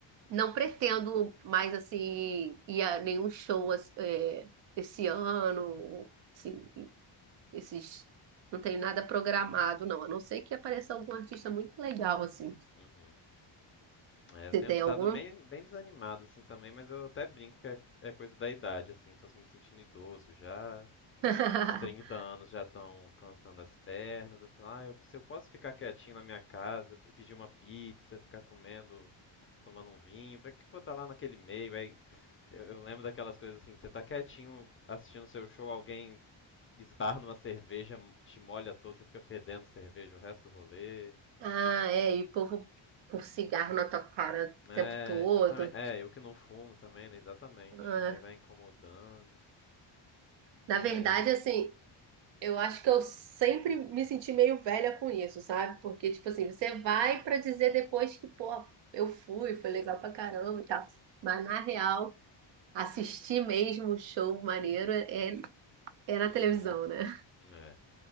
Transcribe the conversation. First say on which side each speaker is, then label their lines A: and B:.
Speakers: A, on the right; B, on the left.
A: Não pretendo mais, assim, ir a nenhum show as- é, esse ano, assim, esses... Não tenho nada programado, não. A não ser que apareça algum artista muito legal, assim.
B: Uhum. É, eu
A: Você
B: tenho
A: tem
B: estado
A: algum?
B: bem, bem desanimado, assim, também, mas eu até brinco que é, é coisa da idade, assim. Tô me sentindo idoso já.
A: <laughs>
B: Os 30 anos já estão cansando as pernas. Eu falo, ah, eu, se eu posso ficar quietinho na minha casa, e pedir uma pizza, ficar comendo, tomando um vinho, pra que que eu vou estar lá naquele meio? Aí eu eu lembro daquelas coisas assim, de você tá quietinho assistindo seu show, alguém esbarra numa cerveja, te molha todo, você fica fedendo cerveja o resto do rolê.
A: Ah, é, e o povo com cigarro na tua cara o
B: É,
A: tempo todo.
B: exatamente. É, eu que não fumo também, né? Exatamente.
A: Ah,
B: Aí vai incomodando.
A: na
B: Mas.
A: verdade, assim, eu acho que eu sempre me senti meio velha com isso, sabe? Porque, tipo assim, você vai pra dizer depois que, pô, eu fui, foi legal pra caramba e tal. Mas na real, Assistir mesmo o show maneiro é, é na
B: Uhum.
A: televisão, né?
B: É.